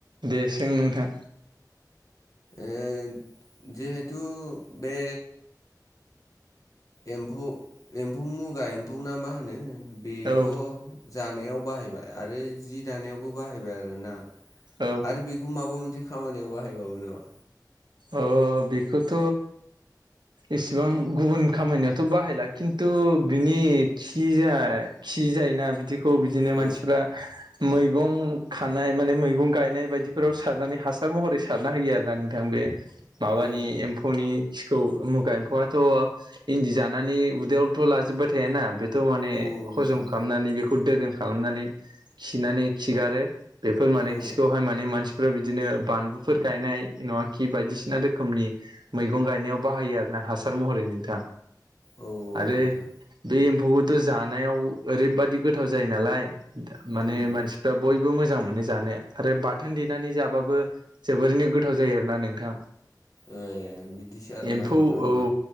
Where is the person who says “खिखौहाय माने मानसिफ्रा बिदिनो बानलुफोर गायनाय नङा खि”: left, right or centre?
Right